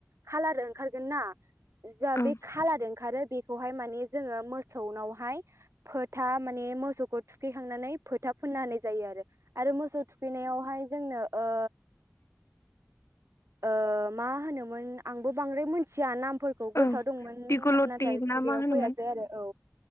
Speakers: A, on the right; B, on the left.
A: खालार ओंखारगोन ना जा
B: ओं
A: बे खालार ओंखारो बे खौहाय माने जोङो मोसौनावहाय फोथा माने मोसौखौ थुखैखांनानै फोथा फोननो होनाय जायो आरो आरो मोसौ थुखैनायावहाय जोंनो ओ ओ मा होनोमोन आंबो बांद्राय मिथिया नामफोर खौ गोसोआव
B: ओं
A: दंमोन
B: दिगल'थि
A: नाथाय
B: ना
A: खुगायाव
B: मा होनोमोन
A: फैयासै आरो औ